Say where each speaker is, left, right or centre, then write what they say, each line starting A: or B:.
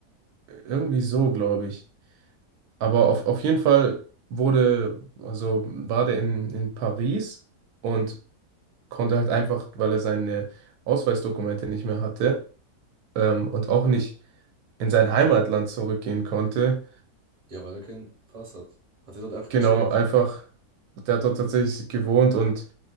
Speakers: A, on the right (about 80°); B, on the right (about 30°).
A: irgendwie so, glaube ich. Aber auf, auf jeden Fall wurde, also war der in, in Paris und konnte halt einfach, weil er seine Ausweisdokumente nicht mehr hatte, ähm, und auch nicht in sein Heimatland zurückgehen konnte,
B: Ja, weil er keinen Pass hat. Hat er dort einfach
A: genau,
B: gechillt.
A: einfach, der hat dort tatsächlich gewohnt und